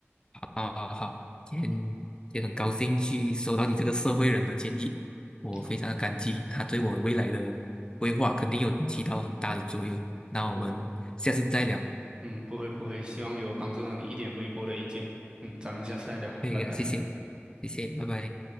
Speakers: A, on the left (about 20°); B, on the right (about 20°).
A: 啊好好，今天也很高兴去收到你这个社会人的建议，我非常的感激，
B: 啊，
A: 他对我未来的规划肯定有起到很大的作用。那我们下次再聊，
B: 我嗯不会不会，希望有帮助到你一点微薄的意见，嗯，咱们下次再聊，
A: 可以啊，
B: 拜拜。
A: 谢谢，谢谢，拜拜。